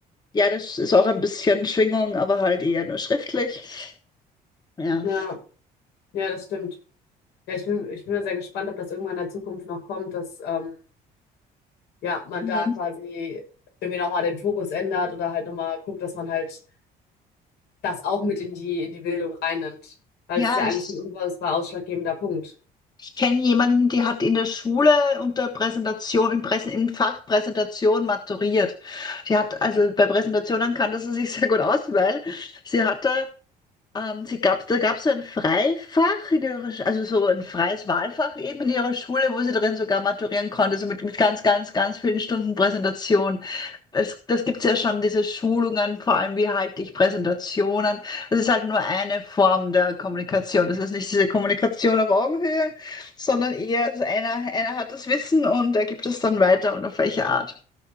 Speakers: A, on the left; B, on the left.
A: Ja, das ist auch ein bisschen Schwingung, aber halt eher nur schriftlich. Ja.
B: ja, ja, das stimmt. Ja, ich bin, ich bin mal sehr gespannt, ob das irgendwann in der Zukunft noch kommt, dass ähm, ja, man
A: Mhm.
B: da quasi irgendwie nochmal den Fokus ändert oder halt nochmal guckt, dass man halt das auch mit in die, in die Bildung reinnimmt. Weil
A: Ja,
B: es ist ja
A: ich,
B: eigentlich ein unfassbar ausschlaggebender Punkt.
A: Ich kenne jemanden, die hat in der Schule unter Präsentation, im, Präsen, im Fach Präsentation maturiert. Die hat, also bei Präsentationen kannte sie sich sehr gut aus, weil sie hatte, ähm, sie gab, da gab es so ein Freifach in ihrer, Sch- also so ein freies Wahlfach eben in ihrer Schule, wo sie drin sogar maturieren konnte, so mit, mit ganz, ganz, ganz vielen Stunden Präsentation. Es, das gibt's ja schon, diese Schulungen, vor allem wie halte ich Präsentationen. Das ist halt nur eine Form der Kommunikation. Das ist nicht diese Kommunikation auf Augenhöhe, sondern eher so einer, einer hat das Wissen und er gibt es dann weiter und auf welche Art.